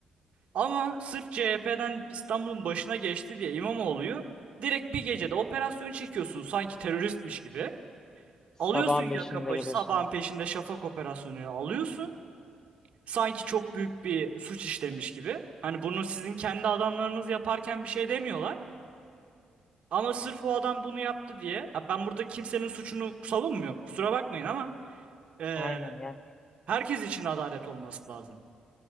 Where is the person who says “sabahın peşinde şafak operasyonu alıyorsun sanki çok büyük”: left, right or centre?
Right